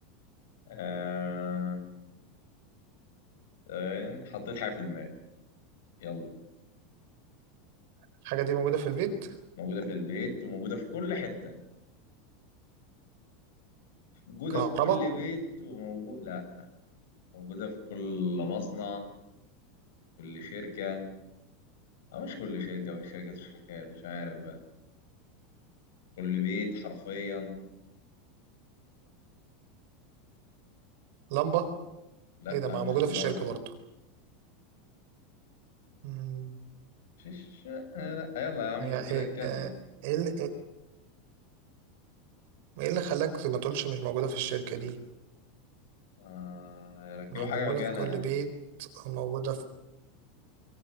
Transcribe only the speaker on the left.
آه... ثواني. حطيت حاجة في دماغي يلا
موجودة في البيت وموجودة في كل حتة موجودة
في كل بيت وموجود لا موجودة في كل مصنع كل شركة أو مش كل شركة في شركات وشركات مش عارف بقى كل بيت حرفيا
لا
مش
اللندن
مش الشقة لا يلا يا
عم
كده
اتكلم
آه ركبوا
حاجة
مكانها